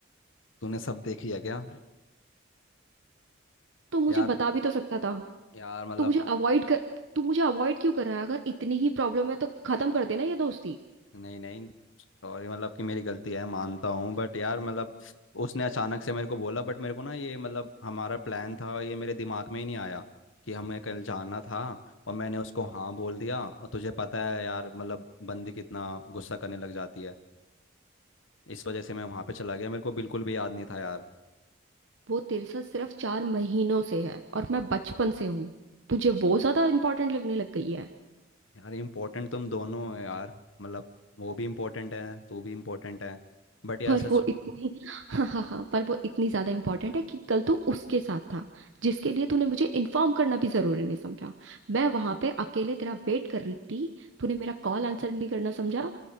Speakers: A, on the left (about 75°); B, on the right (about 65°).
A: तूने सब देख लिया क्या
B: तो मुझे
A: यार
B: बता भी तो सकता था
A: यार मतलब
B: तो मुझे अवॉइड कर तू मुझे अवॉइड क्यों कर रहा है अगर इतनी ही प्रॉब्लम है तो खत्म कर देना ये दोस्ती
A: नहीं नहीं सॉरी मतलब कि मेरी गलती है मानता हूँ बट यार मतलब उसने अचानक से मेरे को बोला बट मेरे को ना ये मतलब हमारा प्लान था ये मेरे दिमाग में ही नहीं आया कि हमें कल जाना था और मैंने उसको हाँ बोल दिया और तुझे पता है यार मतलब बंदी कितना गुस्सा करने लग जाती है इस वजह से मैं वहाँ पे चला गया मेरे को बिल्कुल भी याद नहीं था यार
B: वो तेरे साथ सिर्फ चार महीनों से है और मैं बचपन से हूँ तुझे वो ज्यादा इंपॉर्टेंट लगने लग गई है
A: यार इम्पोर्टेंट तुम दोनों हो यार मतलब वो भी इम्पोर्टेंट है तू भी इम्पोर्टेंट है बट यार
B: पर
A: सच
B: वो इतनी <laughs> हाँ हाँ हाँ पर वो इतनी ज्यादा इंपॉर्टेंट है कि कल तू उसके साथ था जिसके लिए तूने मुझे इन्फॉर्म करना भी जरूरी नहीं समझा मैं वहां पे अकेले तेरा वेट कर रही थी तूने मेरा कॉल आंसर नहीं करना समझा